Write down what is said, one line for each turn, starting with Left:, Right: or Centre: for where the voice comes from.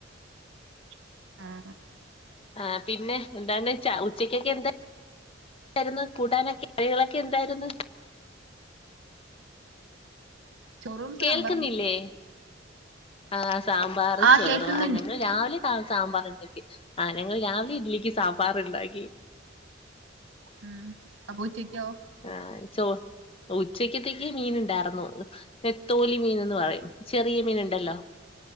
Right: <inaudible>
Left: ആ പിന്നെ എന്താണ് ച ഉച്ചക്കൊക്കെ എന്ത ആരുന്നു കൂട്ടാനൊക്കെ ഴികളൊക്കെ എന്തായിരുന്നു
Right: ചോറും സാമ്പറും
Left: കേൾക്കുന്നില്ലേ ആ സാമ്പാറും
Right: ആഹ്
Left: ചോറും
Right: കേക്കുന്നുണ്ട്
Left: ആ ഞങ്ങൾ രാവിലെ ആ സാമ്പാറുണ്ടാക്കി ആഹ് ഞങ്ങള് രാവിലെ ഇഡ്‌ലിക്ക് സാമ്പാർ ഉണ്ടാക്കി
Right: ഉം അപ്പുച്ചക്കോ
Left: ആഹ് ചോ ഉച്ചക്കത്തേക്ക് മീന്ണ്ടാറന്നു <unintelligible> തോലി മീൻ എന്ന് പറയും ചെറിയ മീൻ ഉണ്ടല്ലോ